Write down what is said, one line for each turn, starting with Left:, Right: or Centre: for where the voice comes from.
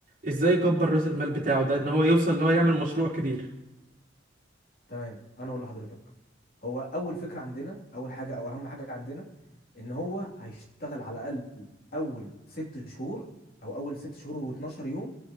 Right: ازاي يكبر راس المال بتاعه ده ان هو يوصل ان هو يعمل مشروع كبير
Left: تمام انا ولا حضرتك هو اول فكره عندنا اول حاجه او اهم حاجه عندنا ان هو هيشتغل على الاقل اول ست شهور او اول ست شهور و12 يوم